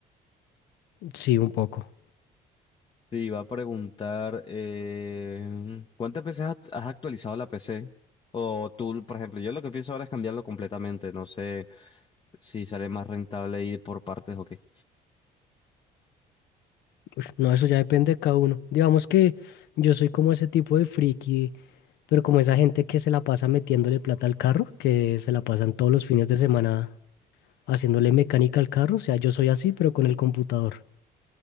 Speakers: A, on the left (about 80°); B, on the left (about 30°).
A: Sí, un poco.
B: Te iba a preguntar, eh, ¿cuántas veces has has actualizado la PC? O tú, por ejemplo, yo lo que pienso ahora es cambiarlo completamente. No sé si sale más rentable ir por partes o qué.
A: Uf, No, eso ya depende de cada uno. Digamos que yo soy como ese tipo de friki, pero como esa gente que se la pasa metiéndole plata al carro, que se la pasan todos los fines de semana haciéndole mecánica al carro, o sea, yo soy así, pero con el computador.